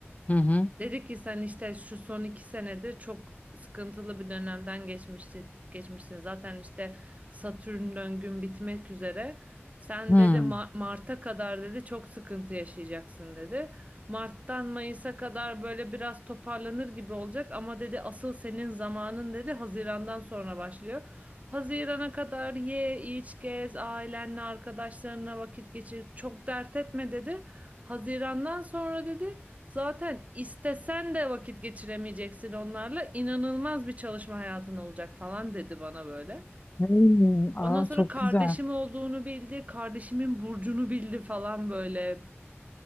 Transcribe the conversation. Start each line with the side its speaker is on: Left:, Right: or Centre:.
Left: Hı hı.
Right: Dedi ki sen işte şu son iki senedir çok sıkıntılı bir dönemden geçmişti, geçmişsin. Zaten işte Satürn döngün bitmek üzere. Sen
Left: Hmm.
Right: dedi Ma- Mart'a kadar dedi çok sıkıntı yaşayacaksın dedi. Mart'tan Mayıs'a kadar böyle biraz toparlanır gibi olacak ama dedi asıl senin zamanın dedi Haziran'dan sonra başlıyor. Hazirana kadar ye, iç, gez, ailenle, arkadaşlarına vakit geçir. Çok dert etme dedi. Hazirandan sonra dedi Zaten istesen de vakit geçiremeyeceksin onlarla. İnanılmaz bir çalışma hayatın olacak falan dedi bana böyle.
Left: Hmm, Aa,
Right: Ondan sonra
Left: çok
Right: kardeşim
Left: güzel.
Right: olduğunu bildi, kardeşimin burcunu bildi falan böyle.